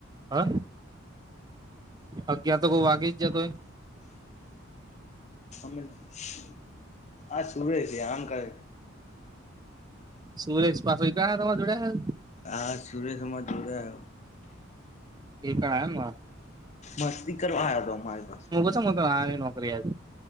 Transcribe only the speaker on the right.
હા અગ તો ક વાગી જ જતોય
સુરેશ પાછો ક્યાયા તમા જોડયા
એ પણ આમ હ
ત્યાં હ આ નોકરીયા